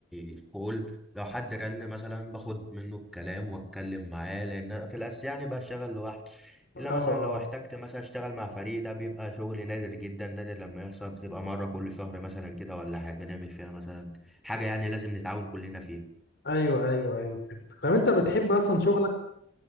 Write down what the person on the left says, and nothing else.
اه
ايوه ايوه ايوه فهمتك طب انت بتحب اصلا شغلك